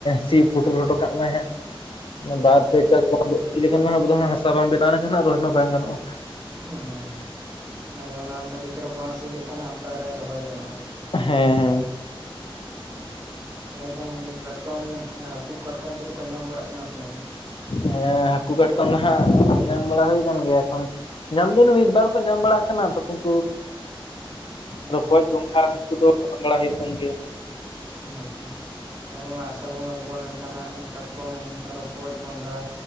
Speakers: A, on the left; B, on the right.
A: ᱥᱤ ᱯᱩᱚᱴᱩᱨ ᱦᱚᱴᱚ ᱠᱟᱜ ᱢᱟᱭ ᱦᱟᱸᱜ ᱵᱟᱨ ᱯᱮ
B: ᱟᱪᱪᱷᱟ
A: ᱪᱟᱥ ᱥᱤ ᱞᱮᱠᱷᱟᱱ ᱦᱟᱜ ᱟᱵᱚ ᱫᱚ ᱦᱟᱜ ᱦᱟᱥᱟ ᱵᱟᱢ ᱵᱮᱱᱟᱣ ᱞᱮᱱᱠᱷᱟᱱ ᱨᱚᱦᱚᱭ ᱢᱟ ᱵᱟᱝ ᱜᱟᱱᱚᱜ-ᱟ᱾
B: ᱦᱮᱸ ᱦᱮᱸ ᱟᱫᱚ ᱚᱱᱟ ᱵᱷᱟᱜᱤ ᱪᱚᱨᱚᱠ ᱵᱟᱝ ᱥᱤ ᱞᱮᱠᱷᱟᱱ ᱦᱟᱜ ᱚᱠᱟᱨᱮ ᱨᱚᱦᱚᱭ ᱜᱟᱱᱚᱜ-ᱟ᱾
A: ᱦᱮᱸᱻ
B: ᱛᱟᱦᱚᱞᱮ ᱠᱷᱟᱱ ᱠᱟᱴᱠᱚᱢ ᱦᱟᱠᱩ ᱠᱟᱴᱠᱚᱢ ᱠᱚᱫᱚ ᱠᱚ ᱧᱟᱢ ᱵᱟᱲᱟᱜ ᱠᱟᱱᱟ ᱥᱮ ᱵᱟᱝ?
A: ᱦᱮᱸ ᱦᱟᱹᱠᱩ ᱠᱟᱴᱠᱚᱢ ᱫᱚ ᱦᱟᱜ ᱧᱟᱢ ᱵᱟᱲᱟ ᱦᱩᱭ ᱟᱠᱟᱱ ᱜᱮᱭᱟ ᱮᱠᱷᱚᱱ᱾ ᱧᱟᱢ ᱫᱚ ᱚᱱᱮ ᱢᱤᱫᱵᱟᱨ ᱠᱚ ᱧᱟᱢ ᱵᱟᱲᱟᱜ ᱠᱟᱱᱟ <unintelligible>
B: ᱟᱪᱪᱷᱟ
A: ᱨᱚᱠᱚᱡ ᱜᱚᱸᱜᱟ ᱩᱱᱠᱩ ᱫᱚ ᱦᱟᱞᱟᱝ ᱵᱟᱲᱟ ᱦᱩᱭᱩᱜ ᱠᱟᱱ ᱜᱮᱭᱟ᱾
B: ᱟᱪᱪᱷᱟ ᱛᱚ ᱟᱥᱟᱲ ᱵᱚᱸᱜᱟ ᱵᱚᱞᱚ ᱞᱮᱱᱠᱷᱟᱱ ᱦᱟᱜ ᱠᱚᱢ ᱨᱚᱠᱚᱡ ᱜᱚᱸᱜᱟ